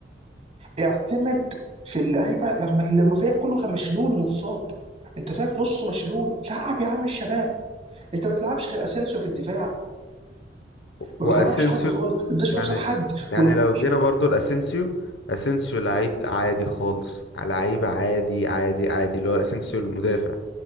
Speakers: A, on the right; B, on the left.
A: اعتمد في اللعيبه لما لما فريقك كله كان مشلول ومتصاب انت فريقك نصه مشلول لعب يا عم الشباب انت ما بتلعبش غير اسينسيو في الدفاع
B: واسينسيو
A: ما بتلعبش حد خالص ما بتديش
B: يعني
A: فرصه لحد
B: يعني
A: وال-
B: لو جينا برضو لاسينسيو اسينسيو لعيب عادي خالص لعيب عادي عادي عادي اللي هو اسينسيو المدافع